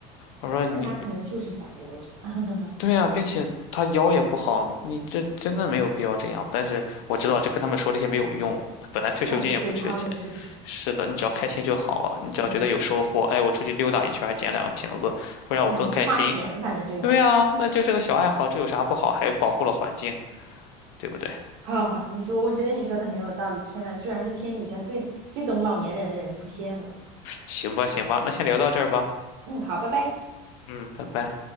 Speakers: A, on the left; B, on the right.
A: 我说你，
B: 但他可能就是想留着，<laughs>
A: 对呀、并且他腰也不好，你这真的没有必要这样。但是我知道这跟他们说这些没有用，他本来退休金也不缺钱。
B: 算了，随他们是不是？
A: 是的，你只要开心就好了，你只要觉得有收获，
B: 嗯，
A: 哎，我出去溜达一圈还捡两个瓶子，会让我更开心。
B: 那也不花钱，反正这个玩意儿
A: 对呀、那就是个小爱好，这有啥不好？还保护了环境，对不对？
B: 好好，好，你说，我觉得你说的很有道理。天呐，居然是天底下最最懂老年人的人出现了。
A: 行吧，行吧，那先聊到这儿吧。
B: 嗯，好，拜拜。
A: 嗯，拜拜。